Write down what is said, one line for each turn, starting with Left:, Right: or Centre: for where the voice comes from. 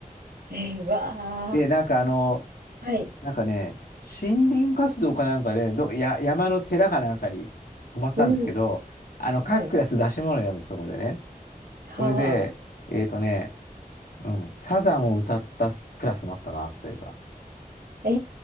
Right: えー、わあ。
Left: で、なんかあの、
Right: はい。
Left: なんかね、森林活動かなんかで、ど、や、山の寺かなんかに泊まったんですけど、
Right: うん。
Left: あの、各クラス出し物やるんです、
Right: はい。
Left: そこでね。
Right: はあ。
Left: それで、えっとね、うん、サザンを歌ったクラスもあったな、そういえば。
Right: え